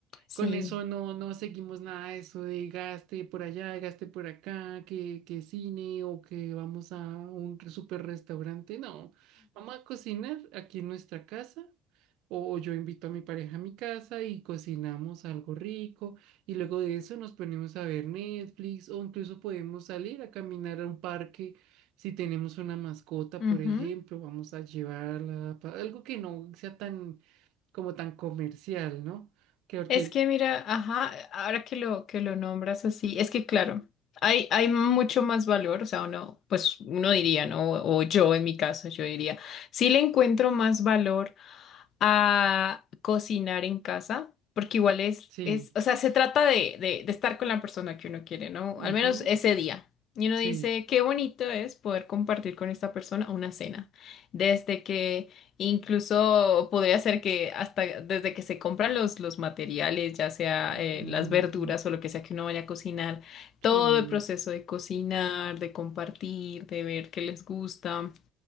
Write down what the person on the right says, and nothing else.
Con eso no, no seguimos nada de eso de gaste por allá, gaste por acá, que, que cine o que vamos a un super restaurante. No, vamos a cocinar aquí en nuestra casa o, o yo invito a mi pareja a mi casa y cocinamos algo rico y luego de eso nos ponemos a ver Netflix o incluso podemos salir a caminar a un parque. Si tenemos una mascota,
por ejemplo,
vamos a llevarla, pa- algo que no sea tan como tan comercial, ¿no? que porque
Sí,
ujú,
sí,
ujú,
sí,